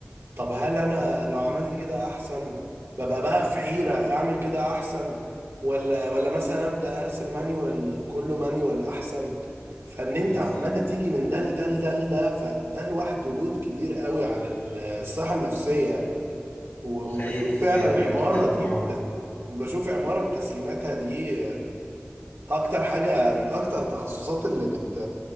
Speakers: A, on the right (about 80°); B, on the left (about 80°).
A: طب هل انا لو عملت كده احسن ببقى بقى في حيرة اعمل كده احسن ولا ولا مثلا ابدا ارسم مانيوال كله مانيوال احسن فان انت
B: بالظبط
A: عمالة تيجي من ده لده لده لده فده لوحده لود كبير قوي على الصحة النفسية يعني وبشوف
B: وخايف سيادتك
A: فعلا عمارة
B: تطبع
A: دي بت... بشوف عمارة بتسليماتها دي اكتر حاجة من اكتر التخصصات اللي بت...